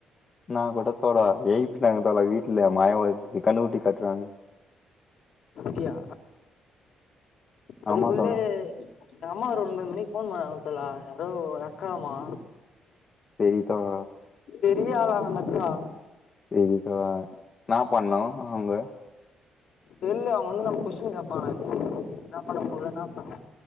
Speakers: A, on the left; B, on the left.
A: நா கூட தோழா எய்ப்பினாங்க தோழா வீட்ல மய வருது கன்னுகுட்டி கட்றானு
B: அப்டியா அதுக்குள்ள
A: ஆமா தோழா
B: எங்க அம்மா ஒரு ஒன்பது மணிக்கு போன் பண்ணாங்க தோழா யாரோ அக்காவா
A: தெரியு தோழா
B: பெரியாலா அந்த அக்கா
A: தெரியு தோழா ன்னா பண்ணு அவுங்க
B: தெர்ல அவங்க வந்து நம்ம கொஸ்டின் கேப்பாங்க என்ன பண்ண போற என்னா பண்ண